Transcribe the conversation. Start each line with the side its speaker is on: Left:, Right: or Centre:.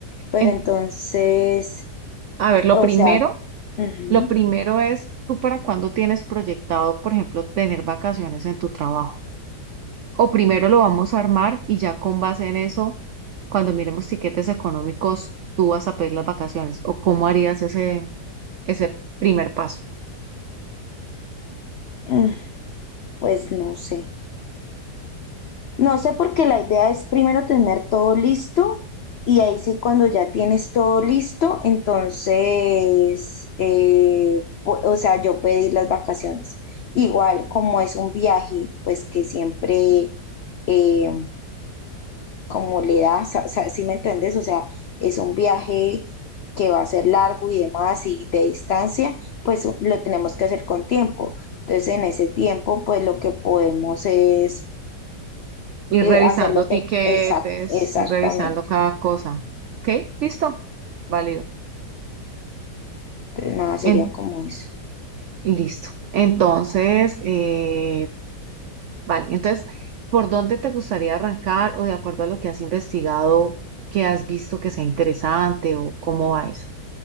Left: Pero
Right: En-
Left: entonces,
Right: a ver, lo
Left: o
Right: primero,
Left: sea, ujú,
Right: lo primero es tú para cuándo tienes proyectado, por ejemplo, tener vacaciones en tu trabajo. O primero lo vamos a armar y ya con base en eso, cuando miremos tiquetes económicos, tú vas a pedir las vacaciones. ¿O cómo harías ese ese primer paso.
Left: mm, pues no sé. No sé porque la idea es primero tener todo listo y ahí sí cuando ya tienes todo listo, entonces, eh, pu- o sea, yo pedir las vacaciones. Igual como es un viaje, pues que siempre, eh, como le da, o sea, o sea, ¿sí me entendés? O sea, es un viaje que va a ser largo y demás y de distancia, pues lo tenemos que hacer con tiempo. Entonces, en ese tiempo, pues lo que podemos es
Right: Ir
Left: eh,
Right: revisando
Left: hacerlo
Right: tiquetes,
Left: con... Exacto, exactamente.
Right: ir revisando cada cosa. ¿Ok? ¿Listo? Válido.
Left: Entonces, nada, sería
Right: En-
Left: como eso.
Right: listo. Entonces, eh, vale. Entonces, ¿por dónde te gustaría arrancar o de acuerdo a lo que has investigado, que has visto que sea interesante o cómo va eso?